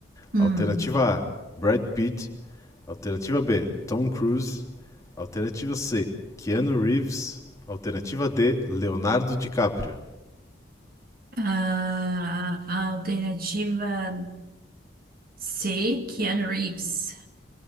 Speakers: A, on the right; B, on the left.
A: Hum.
B: Alternativa A: Brad Pitt. Alternativa B: Tom Cruise. Alternativa C: Keanu Reeves. Alternativa D: Leonardo DiCaprio.
A: Ah, a alternativa C, Keanu Reeves.